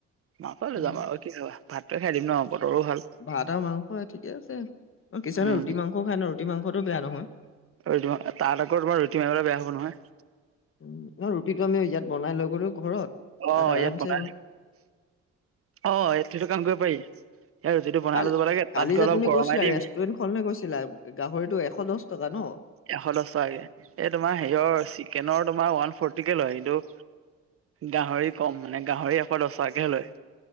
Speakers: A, on the right (about 50°); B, on the left (about 45°).
A: মাক লৈ
B: উম
A: যাম আৰু কি হা ভাতটে খাই দিম ন বতৰো ভাল
B: ভাত আৰু মাংস ঠিকে আছে কিছুমানে
A: উম
B: ৰুটি মাংসও খাই ন ৰুটি মাংসতটো বেয়া নহয়
A: ৰুটি তাত আকৈ তোমাৰ ৰুটি মাংস টো বেয়া হব নহয়
B: উ ৰুটিটো আমি ইয়াত বনাই লৈ গ'লো ঘৰত
A: অ
B: তাত আৰামছে
A: ইয়াত বনাই অ ইয়াত সেইটো কাম কৰিব পাৰি ইয়াত ৰুটিটো বনাই
B: কাল
A: লৈ যাব লাগে তাত
B: কালি
A: গৈ
B: যে
A: অলপ
B: তুমি
A: গৰমাই
B: কৈছিলা
A: দিম
B: ৰেষ্টুৰেন্ট খনে কৈছিলা গাহৰিটো এশ দহ টকা ন
A: এশ দহ টকাকে এই তোমাৰ হেৰিয়ৰ চিকেনৰ তোমাৰ ওৱান ফৰ্টিকে লয় কিটো গাহৰি কম মানে গাহৰি আকৌ দহ টাকে লয়